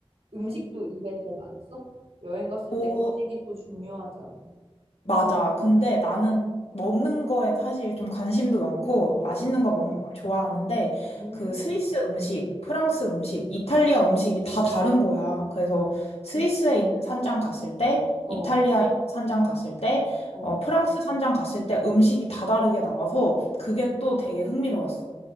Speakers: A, on the right (about 70°); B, on the left (about 80°).
A: 음식도 입에 잘 맞았어? 여행 갔을
B: 그래도
A: 때 음식이 또 중요하잖아.
B: 맞아. 근데 나는 먹는 거에 사실 좀 관심도 많고 맛있는
A: 응.
B: 거 먹는 걸 좋아하는데
A: 음,
B: 그 스위스 음식, 프랑스 음식, 이탈리아 음식이 다 다른 거야. 그래서 스위스에
A: 음.
B: 있는 산장 갔을 때,
A: 어,
B: 이탈리아에 있는 산장 갔을 때,
A: 어.
B: 어, 프랑스 산장 갔을 때 음식이 다 다르게 나와서 그게
A: 음.
B: 또 되게 흥미로웠어.